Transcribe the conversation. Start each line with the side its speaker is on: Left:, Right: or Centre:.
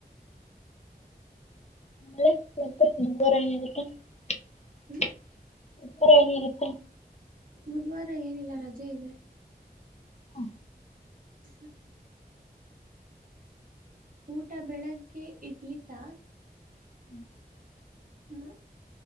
Left: <unintelligible>
Right: ಹ್ಮ್
Left: <unintelligible> ಏನ ಇರುತ್ತೆ.
Right: ಬುಧವಾರ ಏನಿಲ್ಲ ರಜ್ ಜೆ ಇದೆ.
Left: ಹ್ಮ
Right: <inaudible> ಊಟ ಬೆಳಗ್ಗೆ ಇಡ್ಲಿತಾ.
Left: <inaudible>
Right: ಹ್ಮ